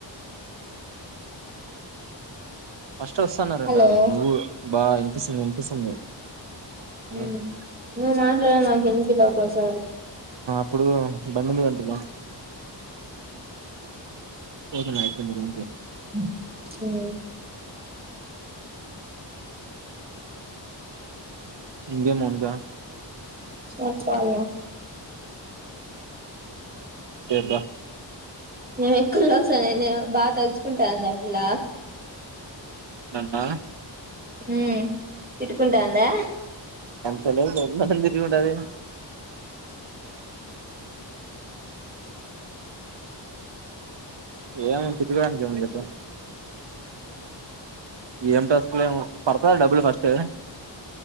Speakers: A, on the right (about 70°); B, on the right (about 20°).
A: ఫస్ట్ వస్తున్నారంట
B: హలో
A: కదా నువ్వు బా వినిపిస్తుంది వినిపిస్తుంది అలా
B: హ్మ్
A: ఉంటది
B: నువ్వు మాట్లాడని దానికి ఎందుకు ఫీల్ అవుతారు సారు
A: ఇప్పుడు బంద్ మీదంటూనే పోతన్న అయిపోయింది రూమ్ కి
B: హ్మ్
A: ఇంగేమ్ మౌనిక
B: చెప్పాలా
A: ఎ బా
B: నేను ఎక్కల్ వస్ తన నేను బాగా తలుచుకుంటాందా పిల్ల
A: నన్నా
B: హ్మ్ తిట్టుకుంటాందా
A: తెలవదు బాబు నన్ని ఎందుకు తిట్టుకుంటాది ఏం ఉంది తిట్టడానికి ఏం ఉంది చెప్పు ఏం టాస్క్ <unintelligible> పడతదా డబ్బుల్ ఫస్ట్